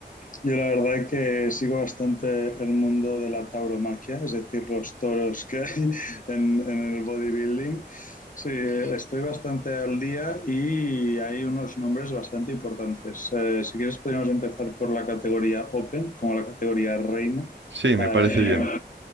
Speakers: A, on the left; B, on the right.
A: Yo la verdad que sigo bastante el mundo de la tauromaquia, es decir, los toros que hay <laughs> en, en el bodybuilding. Sí, estoy bastante al día y hay unos nombres bastante importantes. Eh, si quieres, podríamos empezar por la categoría Open, como la categoría Reina.
B: Sí,
A: Eh,
B: me parece bien.